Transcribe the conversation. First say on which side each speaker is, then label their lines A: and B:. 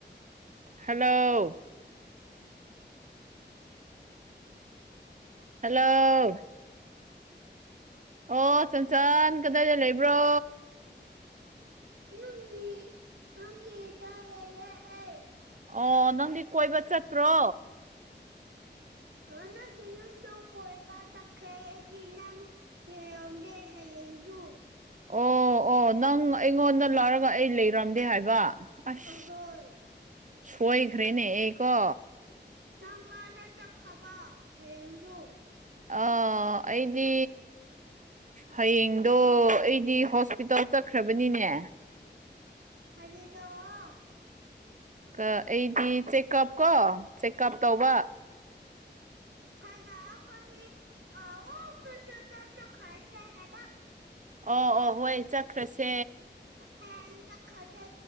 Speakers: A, on the right; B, on the right.
A: ꯍꯜꯂꯣ ꯍꯜꯂꯣ ꯑꯣ ꯆꯟꯆꯥꯟ ꯀꯗꯥꯏꯗ ꯂꯩꯕ꯭ꯔꯣ
B: ꯅꯪꯒꯤ ꯅꯪꯒꯤꯗ ꯂꯩꯌꯦ ꯑꯩ꯫
A: ꯑꯣ ꯅꯪꯗꯝ ꯀꯣꯏꯕ ꯆꯠꯇ꯭ꯔꯣ
B: ꯑꯣ ꯅꯪꯒꯤ ꯌꯨꯝꯗ ꯀꯣꯏꯕ ꯆꯠ ꯈꯦꯉꯗꯤ ꯅꯪ ꯌꯦꯡꯔꯣꯝꯗꯦ ꯍꯌꯦꯡꯗꯨ
A: ꯑꯣ ꯑꯣ ꯅꯪ ꯑꯩꯉꯣꯟꯗ ꯂꯥꯛꯔꯒ ꯑꯩ ꯂꯩꯔꯝꯗꯦ ꯍꯥꯏꯕ ꯑꯁ
B: ꯑꯍꯣꯏ
A: ꯁꯣꯏꯈ꯭ꯔꯦꯅꯦ ꯑꯩ ꯀꯣ
B: ꯅꯪ ꯀꯥꯏꯗ ꯆꯠꯈꯕ ꯍꯌꯦꯡꯗꯨ
A: ꯑꯥ ꯑꯩꯗꯤ ꯍꯌꯦꯡꯗꯣ ꯑꯩꯗꯤ ꯍꯣꯁꯄꯤꯇꯥꯜ ꯆꯛ ꯈ꯭ꯔꯕꯅꯤꯅꯦ
B: ꯍꯥꯏꯗꯤꯗꯣꯋꯣ
A: ꯀ ꯑꯩꯗꯤ ꯆꯦꯛꯀꯞ ꯀꯣ ꯆꯦꯛꯀꯞ ꯇꯧꯕ
B: ꯍꯅ ꯑꯈꯣꯅꯤ <unintelligible> ꯆꯈ꯭ꯔꯁꯦ ꯍꯥꯏꯕ
A: ꯑꯣ ꯑꯣ ꯍꯣꯏ ꯆꯠꯈ꯭ꯔꯁꯦ
B: ꯍꯥꯏꯌꯦꯡ ꯆꯈ꯭ꯔꯁꯦ